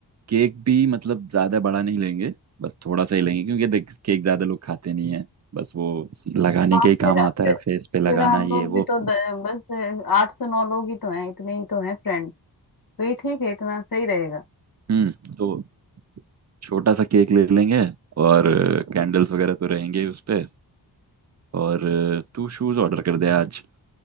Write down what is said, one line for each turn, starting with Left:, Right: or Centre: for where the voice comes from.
Right: केक भी मतलब ज़्यादा बड़ा नहीं लेंगे बस थोड़ा सा ही लेंगे क्योंकि देख केक ज़्यादा लोग खाते नहीं है बस वो लगाने
Left: हाँ
Right: के
Left: फिर
Right: ही काम आता
Left: फिर
Right: है फेस पे लगाना
Left: फिर हम
Right: ये
Left: लोग
Right: वो
Left: भी तो द, बस आठ से नौ लोग ही तो हैं इतने ही तो हैं फ्रेंड तो ये ठीक है इतना सही रहेगा
Right: हम्म तो छोटा सा केक ले लेंगे और कैंडल्स वगैरह तो रहेंगे ही उस पे और अ, तू शूज़ ऑर्डर कर दे आज